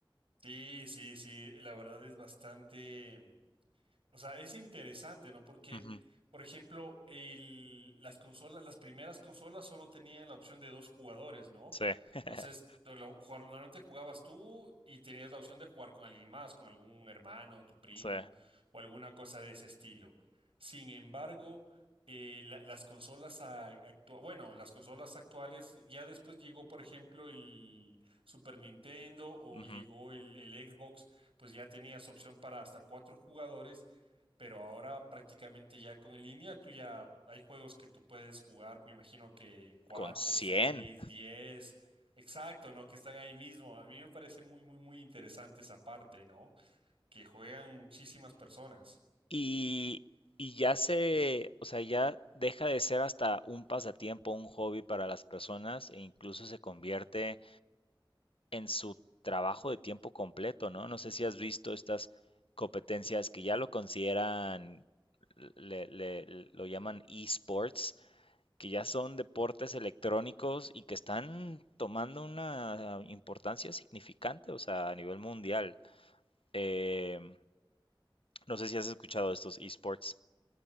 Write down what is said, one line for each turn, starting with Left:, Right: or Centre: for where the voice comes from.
Right: Sí, sí, sí, la verdad es bastante... O sea, es interesante, ¿no? Porque,
Left: Ujú,
Right: por ejemplo, el- las consolas, las primeras consolas solo tenían la opción de dos jugadores, ¿no?
Left: Sí, <laughs>
Right: Entonces, lo- lo- jug- normalmente jugabas tú y tenías la opción de jugar con alguien más, con algún hermano, tu primo
Left: sí.
Right: o alguna cosa de ese estilo. Sin embargo, eh, la- las consolas actuales, bueno, las consolas actuales, ya después llegó, por ejemplo, el Super Nintendo o
Left: ujú,
Right: llegó el el Xbox pues ya tenías opción para hasta cuatro jugadores pero ahora prácticamente ya con en línea, tú ya hay juegos que tú puedes jugar, me imagino que cuatro,
Left: Con cien
Right: seis, diez, exacto, ¿no? Que están ahí mismo. A mí me parece muy, muy, muy interesante esa parte, ¿no? Que juegan muchísimas personas.
Left: Y, y ya se, o sea, ya deja de ser hasta un pasatiempo, un hobby para las personas e incluso se convierte en su trabajo de tiempo completo, ¿no? No sé si has visto estas competencias que ya lo consideran, le- le- lo llaman esports, que ya son deportes electrónicos y que están tomando una importancia significante, o sea, a nivel mundial. Em, no sé si has escuchado de estos esports.